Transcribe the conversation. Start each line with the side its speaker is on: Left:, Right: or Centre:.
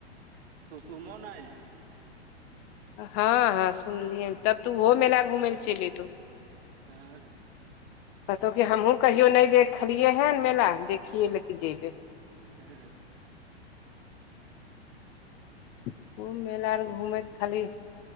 Right: सुसुमन आयल छै
Left: हँ हँ सुनलियै तब तऽ ओहो मेला घुम लए चलि एयतौ
Right: हूँ
Left: कतौ की हमहुँ कहियो नहि देखलियै हे मेला देखियए लेके जेबे
Right: जी
Left: ह <inaudible> खूब मेला आर घूमै खाली